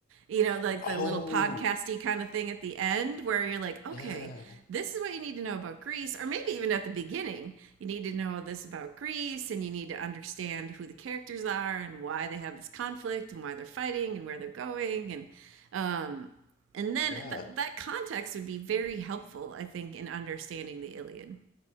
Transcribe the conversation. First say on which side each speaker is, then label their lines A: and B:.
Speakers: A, on the right; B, on the left.
A: you know, like
B: oh,
A: the little podcasty kind of thing at the end where you're like, okay,
B: yeah,
A: this is what you need to know about Greece, or maybe even at the beginning, you need to know this about Greece and you need to understand who the characters are and why they have this conflict and why they're fighting and where they're going and um and then
B: yeah,
A: th- that context would be very helpful, I think, in understanding the Iliad.